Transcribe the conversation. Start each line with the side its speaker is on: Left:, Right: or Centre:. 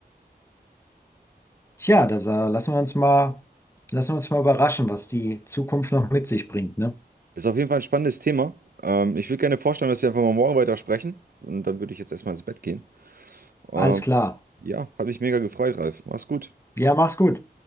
Left: Tja, das, äh, lassen wir uns mal, lassen wir uns mal überraschen, was die Zukunft noch mit sich bringt, ne?
Right: Ist auf jeden Fall ein spannendes Thema. Ähm, ich würde gerne vorstellen, dass wir einfach mal morgen weiter sprechen. Und dann würde ich jetzt erstmal ins Bett gehen. Ähm,
Left: Alles klar.
Right: ja, hat mich mega gefreut, Ralf. Mach's gut.
Left: Ja, mach's gut.